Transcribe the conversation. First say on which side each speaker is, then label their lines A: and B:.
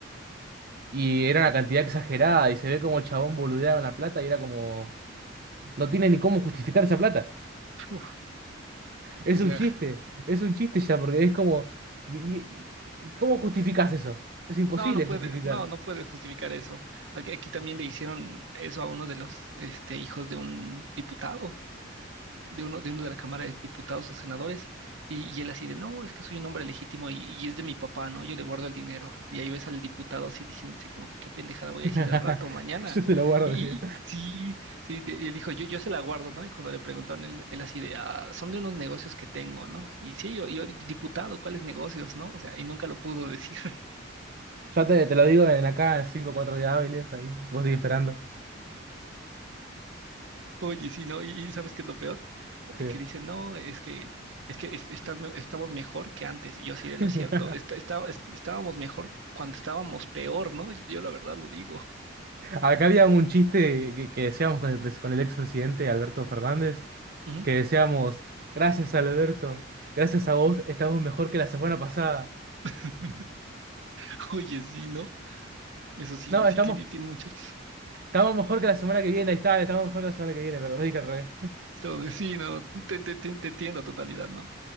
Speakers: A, on the right; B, on the right.
A: Y era
B: ta-
A: una cantidad exagerada y se ve como el chabón boludeaba en la plata y era como... No tiene ni cómo justificar esa plata.
B: uf,
A: Es
B: o
A: un
B: sea,
A: chiste, es un chiste ya, porque es como... ¿Y, y cómo justificás eso?
B: <laughs>
A: Es imposible
B: no, no puedes,
A: justificar.
B: no, no puedes justificar eso. Aquí, aquí también le hicieron eso a uno de los este, hijos de un diputado. de uno, de uno de la Cámara de Diputados o Senadores, y, y él así de, no, es que soy un hombre legítimo y, y es de mi papá, ¿no? Yo le guardo el dinero. Y ahí ves al diputado así diciendo así como que qué pendejada
A: <laughs>
B: voy
A: Yo
B: a decir al rato, mañana.
A: te lo guardo,
B: Y,
A: decía.
B: y- y sí, sí, de- él dijo, yo, yo se la guardo, ¿no? Y cuando le preguntaron, él, él así de, ah, son de unos negocios que tengo, ¿no? Y sí, yo, yo diputado, ¿cuáles negocios, no? O sea, y nunca lo pudo decir.
A: Ya te, te lo digo en acá cinco 5 o 4 días hábiles, ahí. Vos seguís esperando.
B: Oye, sí, ¿no? Y, y ¿sabes qué es lo peor? De
A: Que...
B: Que dicen, no, es que, es que es- está estamos mejor que antes. Y yo
A: <laughs>
B: así de, no es cierto, está- está- es- estábamos mejor cuando estábamos peor, ¿no? Yo, yo la verdad lo digo.
A: Acá había un chiste que, que decíamos con el, pres- con el expresidente Alberto Fernández,
B: Ujú.
A: que decíamos, gracias Alberto, gracias a vos, estamos mejor que la semana pasada.
B: <laughs> Oye, sí, ¿no? Eso sí,
A: No, estamos,
B: sí, sí, sí, tiene muchos.
A: estamos mejor que la semana que viene, ahí está, estamos mejor que la semana que viene, perdón, dije al revés.
B: Entonces, <laughs> sí, no, te, te, te, te entiendo a totalidad, ¿no?